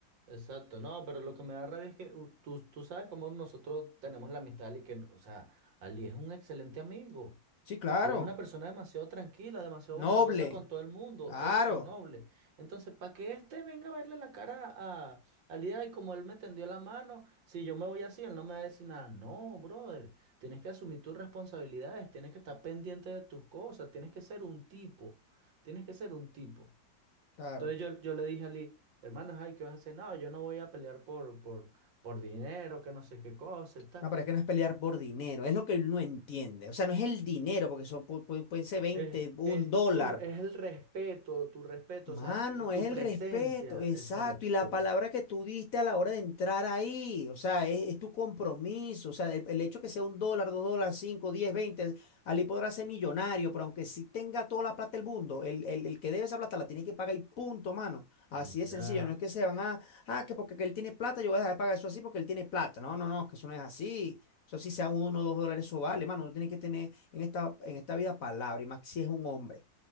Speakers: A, on the right; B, on the left.
A: Exacto, no, pero lo que me da rabia es que uh, tú, tú sabes cómo nosotros tenemos la amistad y que, o sea, Ali es un excelente amigo.
B: Sí, claro.
A: Ali es una persona demasiado tranquila, demasiado
B: Noble.
A: bondadosa con todo el mundo,
B: Claro.
A: eso, noble. Entonces, para que este venga a verle la cara a Ali, y como él me tendió la mano, si yo me voy así, él no me va a decir nada. No, brother, tienes que asumir tus responsabilidades, tienes que estar pendiente de tus cosas, tienes que ser un tipo, tienes que ser un tipo.
B: Claro.
A: Entonces yo, yo le dije a Lee, hermanos, ay, ¿qué vas a hacer? No, yo no voy a pelear por, por, por dinero, que no sé qué cosa y tal.
B: No, pero es que no es pelear por dinero, es lo que él no entiende. O sea, no es el dinero, porque son, pu- pu- pueden ser 20,
A: Es,
B: un
A: es,
B: dólar.
A: tu, es el respeto, tu respeto,
B: Mano,
A: o sea, tu
B: es el
A: presencia,
B: respeto, exacto,
A: exacto.
B: y la palabra que tú diste a la hora de entrar ahí, o sea, es, es tu compromiso, o sea, el, el hecho que sea un dólar, dos dólares, cinco, diez, veinte, Ali podrá ser millonario, pero aunque sí tenga toda la plata del mundo, el, el, el que debe esa plata la tiene que pagar y punto, mano,
A: Y
B: así
A: ya,
B: es sencillo, no es que se van a, ah, que porque que él tiene plata, yo voy a dejar de pagar eso así porque él tiene plata, no, no, no, que eso no es así, eso sí sea uno o dos dólares, eso vale, mano, uno tiene que tener en esta, en esta vida palabra, y más si es un hombre.